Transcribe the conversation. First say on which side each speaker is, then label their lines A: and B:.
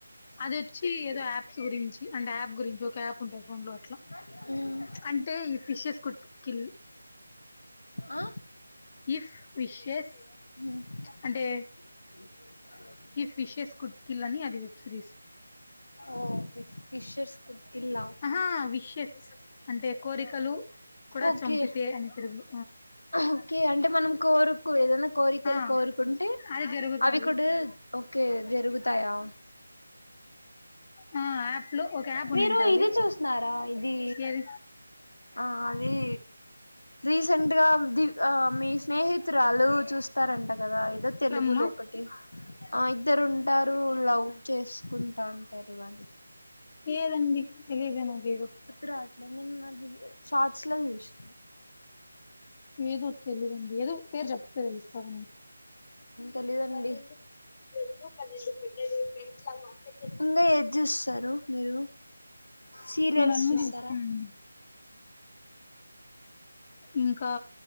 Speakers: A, on the left; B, on the left.
A: అది వచ్చి ఏదో యాప్స్ గురించి అండ్ యాప్ గురించి ఒక ఆప్ ఉంటాయి ఫోన్ లో అట్లా
B: మ్మ్
A: అంటే ఈ ఫిషెస్ కుట్ కిల్
B: ఆ
A: ఇఫ్ విషెస్
B: ఊ
A: అంటే
B: <unintelligible>
A: ఈ ఫిషెస్ కుడ్కిల్ అని అది వెబ్ సిరీస్
B: ఓ ఇఫ్ ఫిషర్స్ గుటిలా
A: ఆహా హా విషస్ అంటే కోరికలు కూడా
B: ఓకే
A: చంపితే అని తెలుగు లో
B: ఓకే అంటే మనం కోరుకు ఏదైనా కోరికలు
A: ఆ
B: కోరుకుంటే
A: అది జరుగుతది
B: అవి కూడా ఓకే జరుగుతాయా
A: ఆ యాప్ లో ఒక యాప్ ఉన్నింటాది
B: మీరు ఇది చూసిన్నారా ఇది
A: ఏది
B: ఆ అది రీసెంట్ గా ది ఆ మీ స్నేహితురాలు చూస్తారంట కదా ఏదో తెలుగు
A: బ్రహ్మ
B: లో ఒకటి ఆ ఇద్దరు ఉంటారు లవ్ చేసుకుంటాంటారు అది
A: ఏదండి తెలియను నువ్వు ఏదో
B: రాట్లేదు నేను అది షార్ట్స్ లో చూసిన
A: ఏదో తెలీయదండి ఏదో పేరు చెప్తే తెలుస్తాది
B: తెలీదండి
A: పన్నెండు రెండు పన్నెండు బడ్లు మెట్లా మ <unintelligible>
B: ఇంకా ఏది చూస్తారు మీరు సీరియల్స్
A: నేను అన్ని
B: చూస్తారా
A: చూస్తానండి ఇంకా